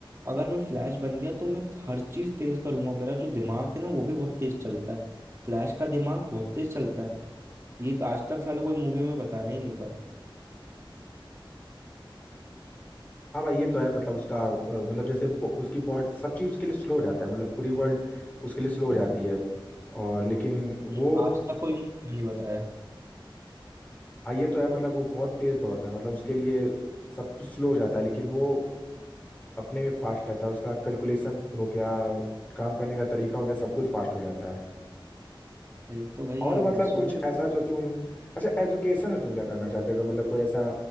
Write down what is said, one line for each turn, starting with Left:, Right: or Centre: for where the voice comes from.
Right: अगर मैं फ्लैश बन गया तो मैं हर चीज तेज करूंगा मेरा जो दिमाग है ना वो भी बहुत तेज चलता है फ्लैश का दिमाग बहुत तेज चलता है ये आज तक साला कोई मूवी में बताया ही नहीं पर
Left: हाँ भाई ये तो है मतलब उसका अ, मतलब जैसे बो- उसकी बॉडी सब चीज उसके लिए स्लो हो जाता है मतलब पूरी वर्ल्ड उसके लिए स्लो हो
Right: हाँ,
Left: जाती है और लेकिन वो
Right: ये आज तक कोई मुझे नहीं बताया
Left: हाँ ये तो है मतलब वो बहुत तेज दौड़ता है मतलब उसके लिए सब कुछ स्लो हो जाता है लेकिन वो अपने में फास्ट रहता है उसका कैलकुलेशन हो गया काम करने का तरीका हो गया सब कुछ फास्ट हो जाता है
Right: भाई तो भाई
Left: और मतलब
Right: अब सोचो
Left: कुछ ऐसा जो तुम अच्छा एजुकेशन में तुम क्या करना चाहते हो अगर मतलब कोई ऐसा